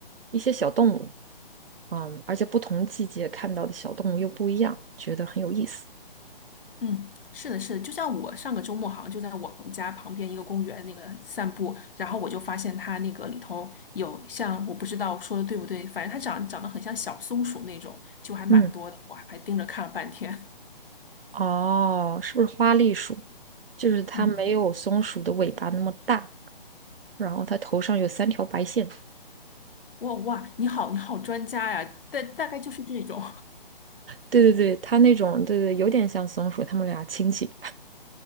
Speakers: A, on the right; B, on the left.
A: 一些小动物，嗯，而且不同季节看到的小动物又不一样，觉得很有意思。
B: 嗯，是的，是的，就像我上个周末好像就在我们家旁边一个公园那个散步，然后我就发现它那个里头有像我不知道说的对不对，反正它长长得很像小松鼠那种，就还蛮多的，
A: 嗯，
B: 我还盯着看了半天。<laughs>
A: 哦，是不是花栗鼠？就是它没有松鼠的尾巴那么大，
B: 嗯，
A: 然后它头上有三条白线。
B: 哇哇，你好，你好专家呀，大大概就是这种，
A: 对对对，它那种，对对，有点像松鼠，它们俩亲戚。